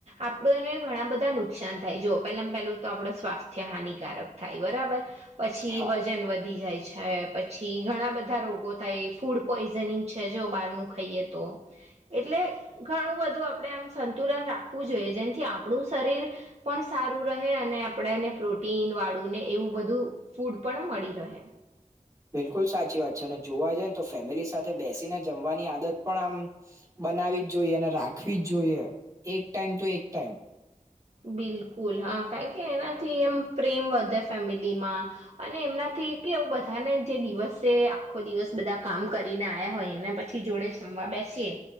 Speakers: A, on the right; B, on the right.
A: આપડને ઘણા બધા નુકસાન થાય જોઓ પેલામ પેલું તો આપડું સ્વાસ્થ્ય હાનિકારક થાય બરાબર પછી
B: હા
A: વજન વધી જાય છે. પછી ઘણા બ ધા રોગો થાય ફૂડ પોઈઝનિંગ છે જો બારનું ખાઈએ તો એટલે ઘણું બધું આપણે આમ સંતુલન રાખવું જોઈએ જેનથી આપણું શરીર પણ સારું રહે અને આપણે એને પ્રોટીન વાળું ને એવું બધું ફૂડ પણ મળી રહે
B: બિલકુલ સાચી વાત છે અને જોવા જઈ ને તો ફેમિલી સાથે બેસીને જમવાની આદત પણ આમ બનાવી જ જોઈએ અને રાખવી જ જોઈએ એક ટાઈમ તો એક ટાઈમ
A: બિલકુલ હા કારણ કે એનાથી એમ પ્રેમ વધે ફેમિલીમાં અને એમનાથી કે બધાને જે દિવસે આખો દિવસ બધા કામ કરીને આયા હોય એને પછી જોડે જમવા બેસીએ